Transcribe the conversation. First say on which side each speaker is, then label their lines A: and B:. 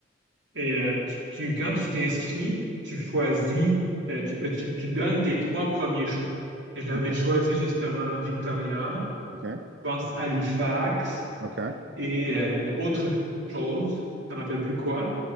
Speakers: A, on the right; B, on the right.
A: Et euh, tu, tu- quand tu t'inscris, tu choisis, euh, tu, ben, tu, tu donnes tes trois premiers choix. Et J'avais
B: Ok,
A: choisi justement Victoria,
B: ok,
A: je pense Halifax
B: ok.
A: et euh, autre chose, je ne me rappelle plus quoi.